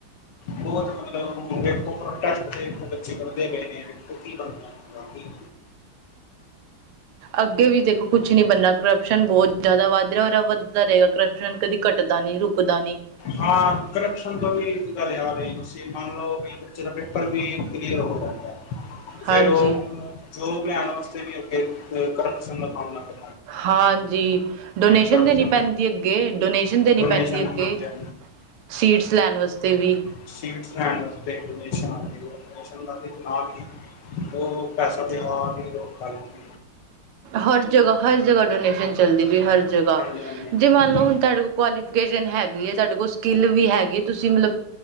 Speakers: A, on the left; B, on the right.
A: ਬਹੁਤ ਮਤਲਬ ਵੇਖੋੋ ਬੱਚੇ ਕਰਦੇ ਪਏ ਨੇ ਦੇਖੋ ਕੀ ਬਣਦਾ ਉਹਨਾਂ ਦਾ
B: ਅੱਗੇ ਵੀ ਦੇਖੋ ਕੁਛ ਨੀ ਬਣਨਾ ਕਰਪਸ਼ਨ ਬਹੁਤ ਜ਼ਿਆਦਾ ਵੱਧ ਰਿਹਾ ਰ ਵੱਧਦਾ ਰਹੇਗਾ ਕਰਪਸ਼ਨ ਕਦੀ ਘੱਟਦਾ ਨਹੀਂ ਰੁਕ ਰੁਕ ਦਾ ਨੀ।
A: ਹਾਂ, ਕਰਪਸ਼ਨ ਤੋਂ ਵੀ ਇਕ ਗੱਲ ਯਾਦ ਆਈ। ਜੇ ਮੰਨ ਲਓ ਵੀ ਬੱਚੇ ਦਾ ਪੇਪਰ ਵੀ ਕਲੀਅਰ ਹੋ ਜਾਂਦਾ ਫੇਰ
B: ਹਾਂਜੀ
A: ਉਹ ਜੋਬ ਲਿਆਣ ਵਸਤੇ ਵੀ ਅੱਗੇ ਕਰਪਸ਼ਨ ਦਾ ਕਮ ਕਰ
B: ਹਾਂਜੀ, ਡੋਨੇਸ਼ਨ
A: ਕਰਪਸ਼ਨ
B: ਦੇਣੀ ਪੈਂਦੀ ਅ ਅੱਗੇ ਡੋਨੇਸ਼ਨ ਦੇਣੀ
A: ਡੋਨੇਸ਼ਨ
B: ਪੈਂਦੀ ਅੱਗੇ
A: ਆਉਂਦੀ ਹੈ
B: ਸੀਟਸ ਲੈਣ ਵਾਸਤੇ ਵੀ।
A: ਸੀਟਸ ਲੈਣ ਆਸਤੇ ਡੋਨੇਸ਼ਨ ਆਂਦੀ ਐ ਡੋਨੇਸ਼ਨ ਕਰਦੇ ਨਾਲ ਈ ਓ ਪੈਸਾ ਤੇ ਆਪ ਈ ਲੋਕ ਖਾ ਲੇਂਦੇ।
B: ਹਰ ਜਗਾ ਹਰ ਜਗਾ ਡੋਨੇਸ਼ਨ ਚੱਲਦੀ ਪਈ ਹਰ ਜਗਾ
A: ਹਾਂਜੀ ਹਾਂਜੀ
B: ਜੇ
A: ਹਾਂਜੀ।
B: ਮੰਨ ਲਓ ਹੁਨ ਤਾਡੇ ਕੋਲ ਕੁਆਲੀਫਿਕੇਸ਼ਨ ਹੈਗੀ ਏ, ਤਾਡੇ ਕੋਲ ਸਕਿੱਲ ਵੀ ਹੈਗੀ ਤੁਸੀ ਮਲਬ